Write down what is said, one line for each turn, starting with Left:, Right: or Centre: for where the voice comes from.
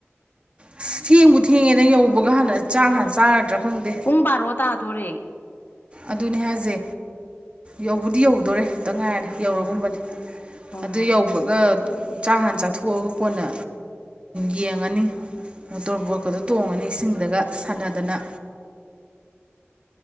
Right: ꯑꯁ ꯊꯦꯡꯕꯨ ꯊꯦꯡꯉꯦꯗ ꯌꯧꯕꯒ ꯍꯥꯟꯅ ꯆꯥ ꯍꯥꯟꯅ ꯆꯥꯔꯗ꯭ꯔꯥ ꯈꯪꯗꯦ
Left: ꯄꯨꯡ ꯕꯥꯔꯣ ꯇꯥꯗꯣꯔꯦ
Right: ꯑꯗꯨꯅꯦ ꯍꯥꯏꯁꯦ ꯌꯧꯕꯗꯤ ꯌꯧꯗꯣꯔꯦ ꯈꯤꯛꯇꯪ ꯉꯥꯏꯔꯅꯤ ꯌꯧꯔꯒꯨꯝꯕꯅꯤ
Left: ꯑꯣ
Right: ꯑꯗꯨ ꯌꯧꯕꯒ ꯆꯥꯛ ꯍꯥꯟ ꯆꯥꯊꯣꯛꯑꯒ ꯀꯣꯟꯅ ꯌꯦꯡꯉꯅꯤ ꯃꯣꯇꯣꯔ ꯕꯣꯠꯀꯗꯣ ꯇꯣꯡꯉꯅꯤ ꯏꯁꯤꯡꯗꯒ ꯁꯥꯟꯅꯗꯅ